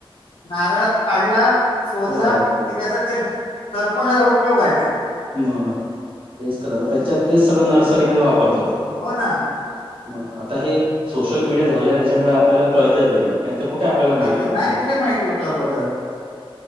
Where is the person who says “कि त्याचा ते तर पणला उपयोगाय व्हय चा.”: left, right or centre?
Left